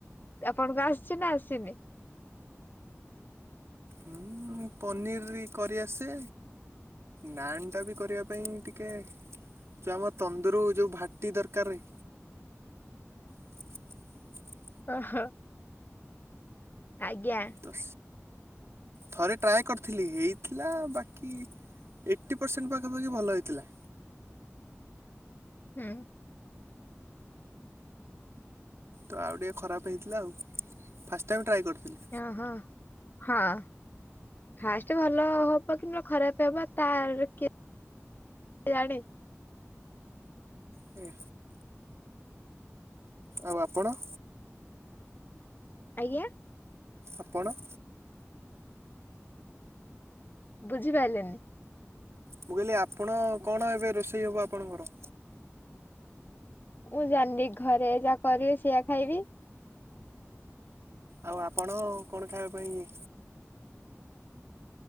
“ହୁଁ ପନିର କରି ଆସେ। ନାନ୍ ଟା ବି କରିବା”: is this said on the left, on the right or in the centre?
Right